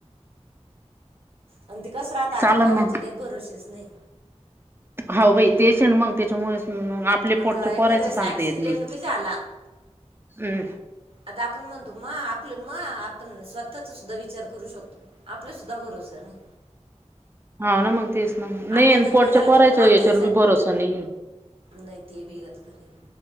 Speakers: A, on the right; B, on the right.
A: आणि ते कस राहत आता
B: चालन
A: कोणाची
B: मग
A: काही भरोशीच नाही.
B: हाव बाई तेच मग त्याच्यामुळे आपले
A: आता
B: पोटचे
A: एखाद्या
B: पोरांयच
A: वेळेस
B: सांगता
A: ऍक्सिडेंट
B: येत नाही.
A: बी झाला.
B: हम्म
A: आता आपण म्हणतो मा आपले मा आपल मा आपण स्वतःचा सुद्धा विचार करू शकतो. आपला सुद्धा बरोसर नाई
B: हा ना मग तेच ना नाही
A: आपल्याला जर
B: पोटच
A: काही झालं
B: परायच
A: तर मग मागच्यांसाठी
B: याच्यावर बी भरोसा नाहीये
A: नाही ते बी गंज खातय.